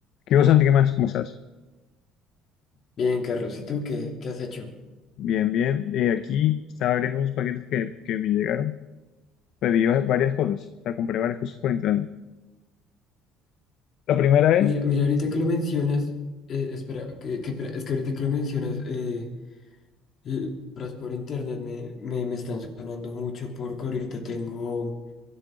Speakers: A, on the left; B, on the left.
A: ¿Qué vos, Santi? ¿Qué más? ¿Cómo estás?
B: Bien, Carlos, ¿y tú qué, qué has hecho?
A: Bien, bien. Eh, aquí estaba abriendo unos paquetes que, que me llegaron. Pedí va- varias cosas. O sea, compré varias cosas por internet. La primera es,
B: Mira, mira, ahorita que lo mencionas, eh, espera, que, que espera, es que ahorita que lo mencionas, eh, l- compras por internet me, me, me están sonando mucho porque ahorita tengo